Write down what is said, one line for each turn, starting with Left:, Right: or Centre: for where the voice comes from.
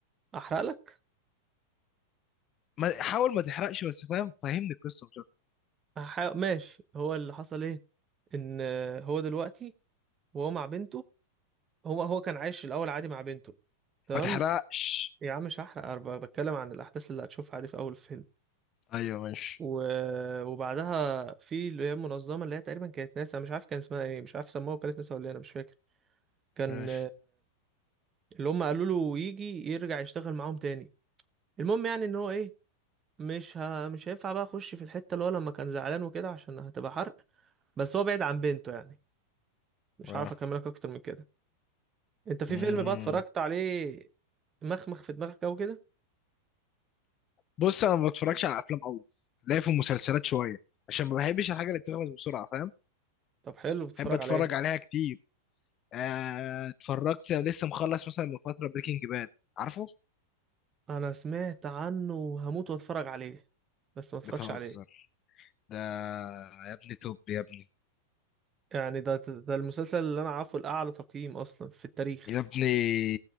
Right: احرق لك
Left: ما حاول ما تحرقش بس فاهم فهمني القصه مش أكتر.
Right: أحرق. ماشي هو اللي حصل ايه ان آه، هو دلوقتي وهو مع بنته هو هو كان عايش الاول عادي مع بنته تمام
Left: ما تحرقش
Right: يا عم مش هحرق أنا ب- بتكلم عن الاحداث اللي هتشوفها عادي في اول الفيلم
Left: ايوه ماشي
Right: و... وبعدها في اللي هي المنظمه اللي هي تقريبا كانت ناسا مش عارف كان اسمها ايه مش عارف سموها وكالة ناسا ولا إيه، انا مش فاكر كان
Left: ماشي
Right: اللي هم قالوا له يجي يرجع يشتغل معاهم تاني المهم يعني ان هو ايه مش ه... مش هينفع بقى اخش في الحته اللي هو لما كان زعلان وكده عشان هتبقى حرق بس هو بعيد عن بنته يعني مش
Left: آه.
Right: عارف اكملك اكتر من كده انت في
Left: مم.
Right: فيلم بقى اتفرجت عليه مخمخ في دماغك او كده
Left: بص انا ما بتفرجش على افلام قوي لا في المسلسلات شويه عشان ما بحبش الحاجه اللي بتخلص بسرعه فاهم
Right: طب حلو بتتفرج
Left: بحب اتفرج
Right: على ايه
Left: عليها كتير آه، اتفرجت لسه مخلص مثلا من فتره بريكنج باد عارفه
Right: انا سمعت عنه وهموت واتفرج عليه بس ما اتفرجش
Left: بتهزر
Right: عليه
Left: ده يا ابني توب يا ابني
Right: يعني ده ده المسلسل اللي انا عارفه الاعلى تقييم اصلا في التاريخ
Left: يا ابني